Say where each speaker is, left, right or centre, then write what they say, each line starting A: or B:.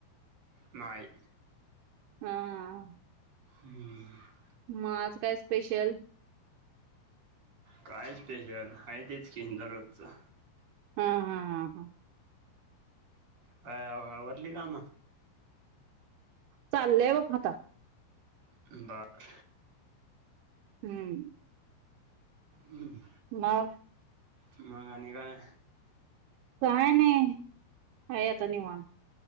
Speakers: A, on the right; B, on the right.
A: नाहीय.
B: हा.
A: ह.
B: मग आज काय स्पेशल?
A: काय स्पेशल, आहे तेचं कि दररोजचं.
B: हा हा हा हा.
A: काय? आवरली काम.
B: चाललंय बघ आता.
A: <unintelligible>
B: हम्म.
A: हम्.
B: मग.
A: मग आणि काय?
B: काय नाही. आहे आता निंवात.